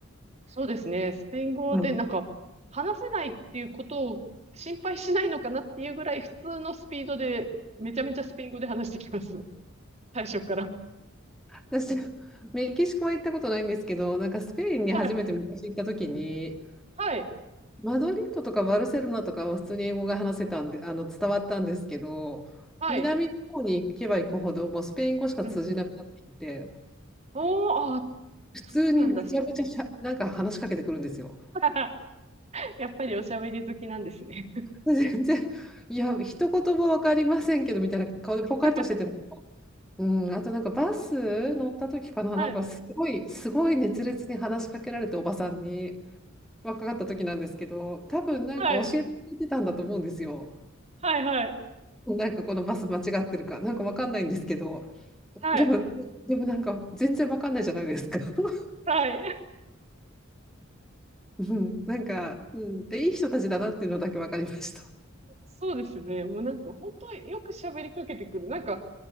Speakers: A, on the right; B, in the centre.
A: そうですね。スペイン語でなんか話せないっていうことを心配しないのかなっていうぐらい普通のスピードでめちゃめちゃスペイン語で話してきます。
B: うん
A: 最初から。
B: 私、メキシコは行ったことないんですけど、なんかスペインに初めて昔行った時に、
A: はい。はい。
B: マドリッドとかバルセロナとかは普通に英語が話せたんで、あの伝わったんですけど、
A: はい。
B: 南の方に行けば行くほど、もうスペイン語しか通じなくなってきて、
A: うんうん。おー、あ、
B: 普通にむちゃむちゃしゃ、
A: そうなんだっすね。
B: なんか話しかけてくるんですよ。
A: <laughs> やっぱりおしゃべり好きなんですね。
B: 全然、いや、一言も分かりませんけどみたいな顔でポカンとしてても、
A: <laughs>
B: うん、あとなんかバス乗った時かな、
A: はい。
B: なんかすごい、すごい熱烈に話しかけられて、おばさんに、若かった時なんですけど、多分なんか教えてくれてたんだと思うんですよ。
A: はい。はい。はい。
B: なんかこのバス間違ってるか、なんかわかんないんですけど、
A: はい。
B: でも、でもなんか全然わかんないじゃないですか。<laughs>
A: はい。
B: うん、なんか、うん、いい人たちだなっていうのだけわかりました。
A: そうですね。もうなんか本当よく喋りかけてくる。なんか、